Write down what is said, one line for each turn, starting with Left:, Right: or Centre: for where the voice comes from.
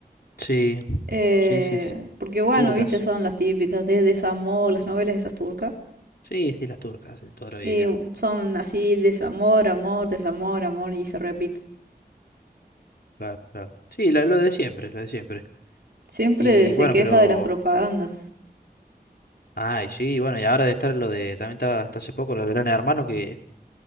Left: Sí.
Right: Eh,
Left: Sí, sí, sí.
Right: porque bueno,
Left: Turcas.
Right: viste, son las típicas de desamor, las novelas esas turcas.
Left: Sí, sí, las turcas, de toda la vida.
Right: eh, son así, desamor, amor, desamor, amor, y se repite.
Left: Claro, claro. Sí, la- lo de siempre, lo de siempre.
Right: Siempre
Left: Y
Right: se
Left: bueno,
Right: queja
Left: pero.
Right: de las propagandas.
Left: Ay, sí, bueno, y ahora de estar lo de. También estaba hasta hace poco lo de Gran Hermano, que